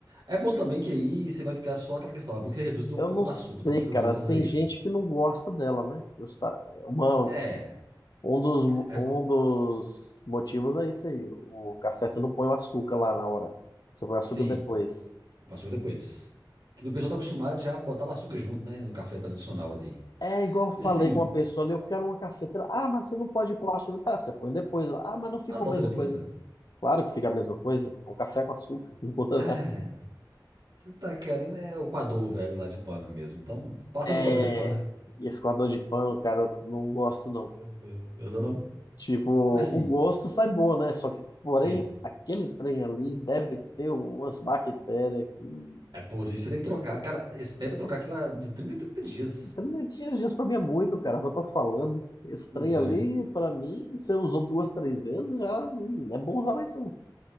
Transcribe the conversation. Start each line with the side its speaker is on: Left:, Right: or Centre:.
Right: É bom também que aí você vai ficar só aquela questão. É bom que reduz até um
Left: Eu
Right: pouco
Left: não
Right: do
Left: sei,
Right: açúcar. Eu tô precisando
Left: cara.
Right: fazer
Left: Tem
Right: isso.
Left: gente que não gosta dela, né? Justa- é Uma,
Right: É,
Left: um dos,
Right: É,
Left: um dos motivos é isso aí. O café você não põe o açúcar lá na hora. Você põe o açúcar
Right: sim,
Left: depois.
Right: o açúcar depois. Que o pessoal tá acostumado já a botar o açúcar junto, né? No café tradicional ali.
Left: É igual eu
Right: E
Left: falei
Right: assim,
Left: com uma pessoa ali, eu quero uma cafeteira. Ah, mas você não pode pôr açúcar. Tá, você põe depois. Ah, mas não fica
Right: a adoça
Left: a mesma
Right: depois,
Left: coisa.
Right: velho.
Left: Claro que fica a mesma coisa. É um café com açúcar. <laughs> Não muda
Right: É,
Left: nada.
Right: você tá querendo é o coador velho lá de pano mesmo. Então, passa
Left: É...
Right: no coador de pano.
Left: E esse coador de pano, cara, eu não gosto não.
Right: <laughs> Essa não.
Left: Tipo,
Right: Mas sim,
Left: o gosto sai bom, né? Só que, porém,
Right: sim.
Left: aquele trem ali deve ter umas bactérias que.
Right: É por isso que você tem que trocar. Cara, esse pé é pra trocar aquilo lá de 30 em 30 dias.
Left: O trem não tinha dias pra mim é muito, cara, é o que eu tô falando. Esse
Right: Pois
Left: trem ali,
Right: é.
Left: pra mim, se eu usou duas, três vezes, já hum, é bom usar mais não.